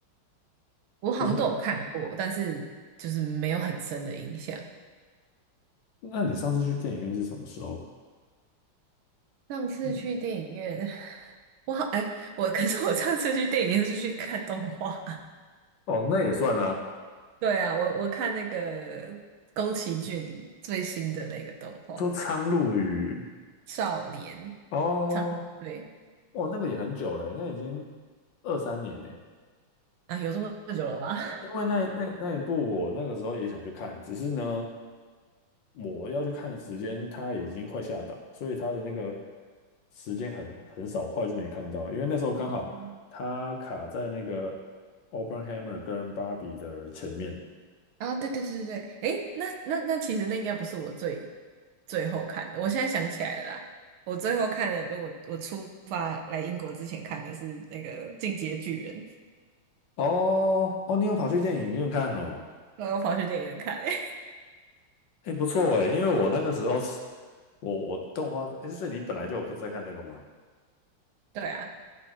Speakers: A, on the right (about 80°); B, on the left (about 65°).
A: 我好像都有看过，
B: 就是
A: 但是就是没有很深的印象。
B: 那你上次去电影院是什么时候？
A: 上次去电影院，
B: 嗯，
A: 我好，哎，我可是我上次去电影院是去看动画。<laughs>
B: 哦，那也算啊。
A: 对啊，我我看那个宫崎骏最新的那个动画。
B: 说《苍鹭与》
A: 少年，
B: 哦，
A: 苍对
B: 哦，那个也很久了，那已经二三年了。
A: 啊，有这么久了吗？<laughs>
B: 因为那那那一部我那个时候也想去看，只是呢，我要去看的时间它已经快下档，所以它的那个时间很很少，我后来就没看到。因为那时候刚好它卡在那个
A: 哦，
B: o p e n h a m m e r 跟芭比的前面。
A: 啊，对对对对对，诶，那那那其实那应该不是我最最后看的，我现在想起来了啦，我最后看的，就我我出发来英国之前看的是那个《进击的巨人》，
B: 哦哦，你有跑去电影院看哦？
A: 然后跑去电影院看、欸，
B: 哎，不错哎，因为我那个时候是，我我动画，哎，是你本来就有在看这个吗？
A: <laughs> 对啊，